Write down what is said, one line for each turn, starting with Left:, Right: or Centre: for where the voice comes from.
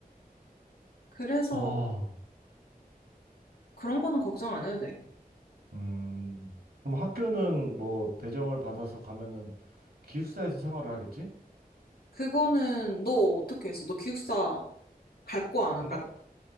Left: 그래서
Right: 아,
Left: 그런 거는 걱정 안 해도 돼.
Right: 음. 그럼 학교는 뭐, 배정을 받아서 가면은 기숙사에서 생활을 하겠지?
Left: 그거는 너 어떻게 했어? 너 기숙사 갈 거 안
Right: 아마
Left: 갈 거?